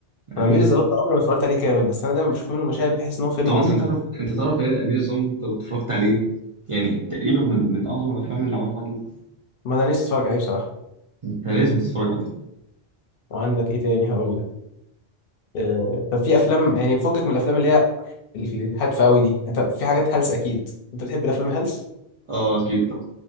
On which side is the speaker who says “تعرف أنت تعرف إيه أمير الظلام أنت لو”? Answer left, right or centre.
Right